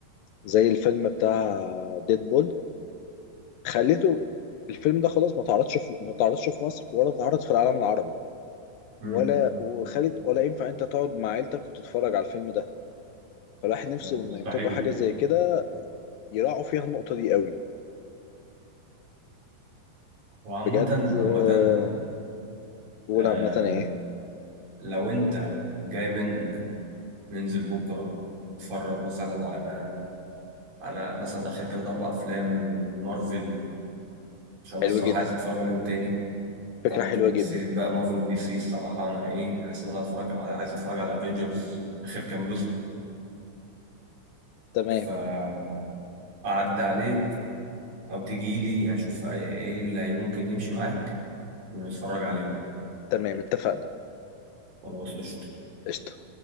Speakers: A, on the left (about 75°); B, on the right (about 70°).
A: زي الفيلم بتاع ديد بول خليته الفيلم ده خلاص ما تعرضش في ما تعرضش في مصر ولا تعرض في العالم العربي
B: امم
A: ولا وخلت ولا ينفع أنت تقعد مع عيلتك وتتفرج على الفيلم ده فالواحد نفسه
B: يعني
A: لما
B: مستحيل
A: ينتجوا حاجة زي كده يراعوا فيها النقطة دي قوي
B: وعامه
A: بجد آه،
B: عامه
A: بقول
B: آه
A: عامة إيه
B: لو انت جاي منك ننزل بكرة نتفرج مثلا على على مثلا آخر تلات أربع أفلام من مارفل عشان أنا
A: حلو
B: الصراحة
A: جدا
B: عايز أتفرج عليهم تاني
A: فكرة
B: طبعا
A: حلوة
B: أنت جبت
A: جدا
B: سيرة بقى مارفل ودي سي الصراحة أنا إيه حاسس إن أنا هتفرج عايز أتفرج على أفينجرز آخر كام جزء
A: تمام
B: فأعدي عليك أو تجي لي يعني أشوف إيه إيه اللي ممكن يمشي معاك ونتفرج عليهم
A: تمام اتفقنا
B: خلاص قشطة
A: قشطة